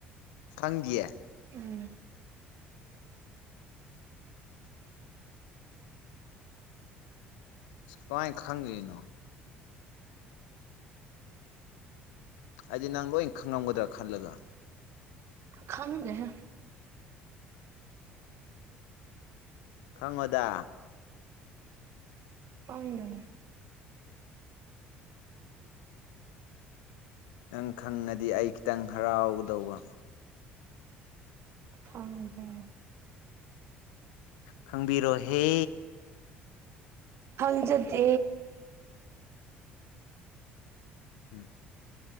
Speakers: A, on the left; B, on the right.
A: ꯈꯪꯤꯌꯥ
B: ꯎꯝ
A: ꯀꯥꯏ ꯈꯪꯒꯦꯩꯅꯣ ꯍꯥꯏꯗꯤ ꯅꯪ ꯂꯣꯏ ꯈꯪꯂꯝꯝꯒꯗ꯭ꯔꯥ ꯈꯜꯂꯒ
B: ꯈꯪꯒꯦꯍꯦ
A: ꯈꯪꯉꯣꯗ
B: ꯑꯥꯎꯗꯅꯦ
A: ꯅꯪ ꯈꯪꯉꯗꯤ ꯑꯩ ꯈꯤꯇꯪ ꯍꯔꯥꯎꯗꯧꯕ
B: ꯍꯗ
A: ꯈꯪꯕꯤꯔꯣꯍꯦ
B: ꯍꯪꯖꯗꯦ
A: ꯎꯝ